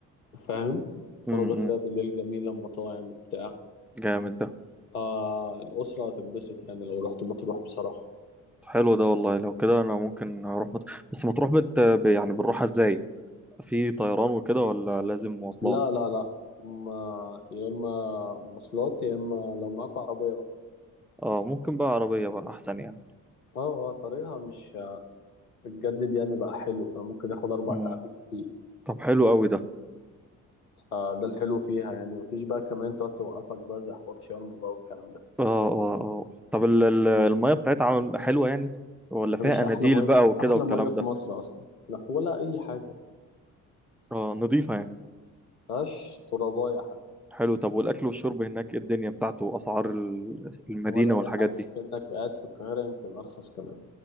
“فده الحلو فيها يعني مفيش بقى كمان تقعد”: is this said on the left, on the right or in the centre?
Left